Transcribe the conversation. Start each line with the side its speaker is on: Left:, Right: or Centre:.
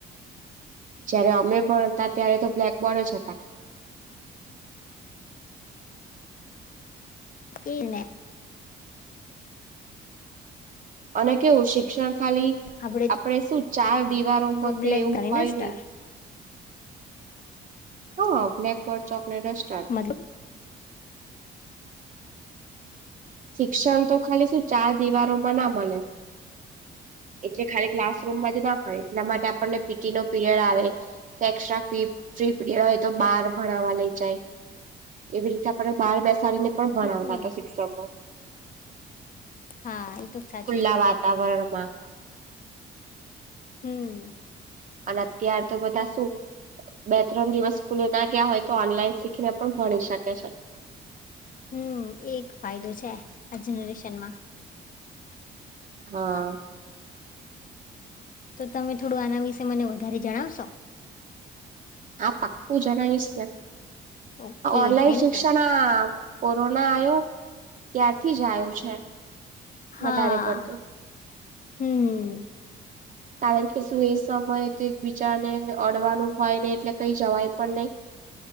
Right: જયારે અમે ભણતા ત્યારે તો બ્લેકબોર્ડ જ હતા.
Left: ઈરને.
Right: અને કેવું શિક્ષણ ખાલી,
Left: આપડે
Right: આપણેે શું ચાર દિવારોમાં
Left: તો બ્લેક
Right: કે એવું
Left: ધણી
Right: થાય
Left: ડસ્ટર
Right: ની. હા, બ્લેકબોર્ડ, ચોકને ડસ્ટર.
Left: મતલબ
Right: શિક્ષણ તો ખાલી શું ચાર દિવારોમાં ના મલે. એટલે ખાલી ક્લાસ રૂમમાં જ ના હોય એટલા માટે આપણને પીટીનો પીરિયડ આવે કે એકસ્ટ્રા ફી ફ્રી પીરિયડ હોય તો બાર ભણાવા લઈ જાય એવી રીતે આપરે બાર બેસાડીને પણ ભણાવતા
Left: હમ
Right: હતા શિક્ષકો
Left: હા એ તો સાચું
Right: ખુલ્લા વાતાવરણ માં.
Left: હમ્મ
Right: અને અત્યાર તો બધા શું બે ત્રણ દિવસ સ્કૂલેના ગયા હોય તો ઓનલાઈન શીખીને પણ ભણી શકે છે.
Left: હમ્મ એક ફાયદો છે આ જનરેશનમાં.
Right: હા.
Left: તો તમે થોડું આના વિશે મને વધારે જણાવશો?
Right: હા પાક્કુ જણાઈશને
Left: ઓકે
Right: ઓનલાઈન
Left: થેન્ક
Right: શિક્ષણા.
Left: યુ
Right: કોરોના આયો ત્યારથી જ આયો છે.
Left: હા
Right: વધારે પડતું
Left: હમ્મ હ.
Right: કારણ કે શું એ સમયે તો એક બીજાને અડવાનું હોય ને. એટલે કઈ જવાય પણ નહી